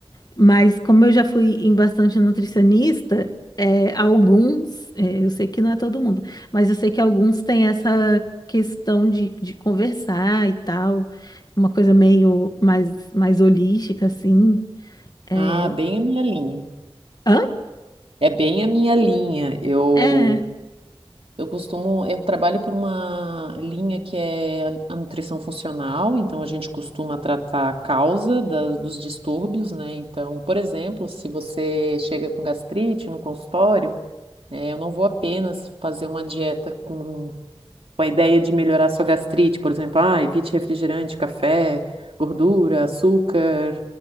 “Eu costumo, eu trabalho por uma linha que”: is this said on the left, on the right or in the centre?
Right